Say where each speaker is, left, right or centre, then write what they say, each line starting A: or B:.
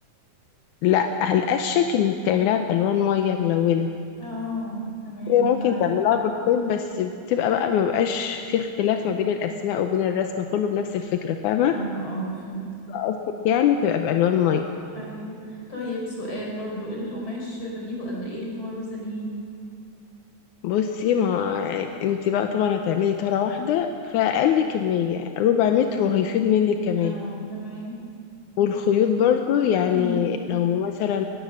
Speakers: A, on the left (about 80°); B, on the left (about 40°).
A: لا هلقشك انك تعمليها بالوان ميه ملونه
B: اه تمام
A: ممكن
B: طيب
A: تعملها بالخيط بس بتبقى بقى ما بقاش في اختلاف ما بين الاسماء وبين الرسمه كله بنفس الفكره فاهمه
B: اه اه فهمت
A: أصلك يعني تبقى بالوان ميه
B: ايوه طيب سؤال برضو القماش بجيبه قد ايه اللي هو روزالين
A: بصي ما انت بقى طبعا هتعملي طاره واحده فاقل كميه ربع متر وهيفيض منك كمان
B: اه تمام تمام
A: والخيوط برضو يعني
B: مم.
A: لو مثلا